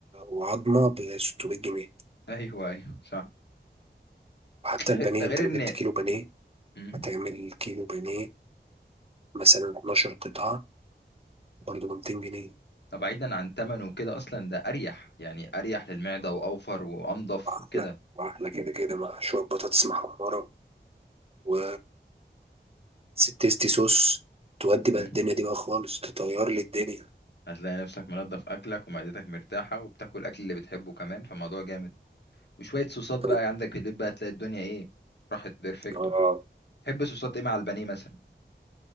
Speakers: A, on the right (about 30°); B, on the left (about 65°).
A: وعظمه ب 600 جنيه
B: ايوه ايوه صح
A: وحتى البانيه
B: غ- ده غير
A: انت لو
B: ان
A: جبت كيلو بانيه
B: مم.
A: هتعمل كيلو بانيه مثلا 12 قطعه برضه ب 200 جنيه
B: طب بعيدا عن تمنه وكده اصلا ده اريح يعني اريح للمعده واوفر وانضف
A: واحلى
B: وكده
A: واحلى كده كده مع شويه بطاطس محمره و ست تيستي صوص تودي بقى
B: مم.
A: الدنيا دي بقى خالص تطير لي الدنيا
B: هتلاقي نفسك منظف اكلك ومعدتك مرتاحه وبتاكل الاكل اللي بتحبه كمان فالموضوع جامد وشوية صوصات بقى
A: طيب،
B: عندك اللي بقى تلاقي الدنيا ايه راحت بيرفكتو
A: اه
B: تحب صوصات ايه مع البانيه مثلا